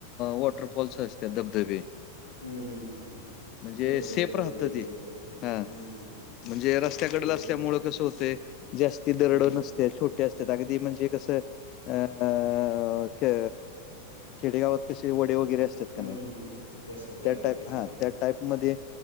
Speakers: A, on the right (about 90°); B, on the left (about 40°).
A: हम्म
B: वॉटरफॉल्स असत धबधबे
A: हम्म हम्म हम्म हम्म.
B: म्हणजे
A: ते बघत
B: सेफ
A: बघत
B: राहत
A: हे
B: ते
A: गेलं हम्म
B: हा
A: हम्म हम्म
B: म्हणजे रस्त्याकडल,
A: ते
B: असल्यामुळं
A: बघत गेलं
B: कसं होतय. जास्ती दरड
A: हम्म
B: नस ज्या छोट्या असत्यात अगदी. म्हणजे कसं अ क्य खेडेगावात कसे वड्या <unintelligible> असत्यात
A: हम्म
B: का नई,
A: हम्म हम्म तस
B: त्या टाईप
A: ते हा
B: हां त्या टाईप मध्ये